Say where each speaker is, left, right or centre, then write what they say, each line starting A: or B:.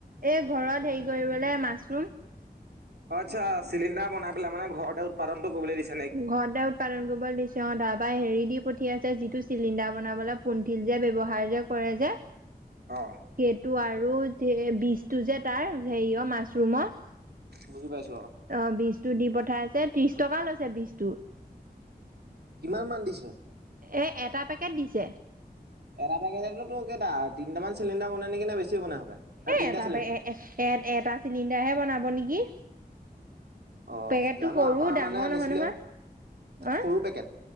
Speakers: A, on the right; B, on the right.
A: এই ঘৰত হেৰি কৰিবলৈ মাছৰুম
B: আচ্ছা চিলিণ্ডাৰ বনাই পেলাই মানে ঘৰতে উৎপাদনটো কৰিবলৈ দিছিল
A: ঘৰতে উ উৎপাদন কৰিব দিচে অ', তাৰপা হেৰি দি পঠিয়াইছে, যিটো চিলিণ্ডাৰ বনাবলৈ পুনথিল যে ব্যৱহাৰ যে কৰে যে
B: অ'
A: সেইটো আৰু বিশটো যে তাৰ হেৰিয় মাছৰুমৰ
B: বুজি পাইছো অ',
A: অ', বীজটো দি পঠাইছে ত্ৰিশ টকা লৈছে বীজটো।
B: কিমান মান দিছে?
A: এ এটা পেকেট দিছে।
B: এটা পেকেটটোতো কেইটা তিনিটামান চিলিণ্ডাৰ বনে নেকি নে বেছি বনাই সপাই তিনিটা
A: এটা
B: চ
A: এ এটা চিলিণ্ডাৰ হে বনাব নেকি।
B: অ
A: পেকেটটো
B: জানো
A: সৰু
B: আমাৰ
A: ডাঙৰ
B: মানে আনিছিলে
A: নহয় নহয়।
B: সৰু পেকেট